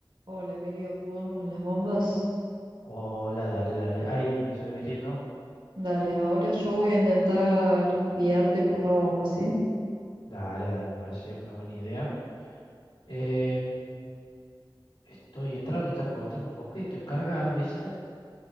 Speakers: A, on the right (about 75°); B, on the left (about 85°).
A: Hola, querido, ¿jugamos las bombas?
B: Hola, dale, dale. Ahí me estoy metiendo.
A: Dale, ahora yo voy a intentar guiarte por la bomba, ¿sí?
B: Dale, dale, me parece una buena idea. Em, estoy entrando, está costando un poquito en cargar, ¿viste?